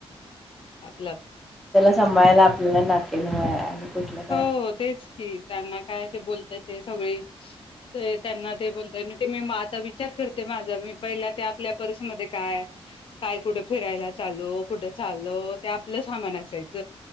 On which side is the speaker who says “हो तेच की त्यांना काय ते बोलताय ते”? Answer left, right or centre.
Left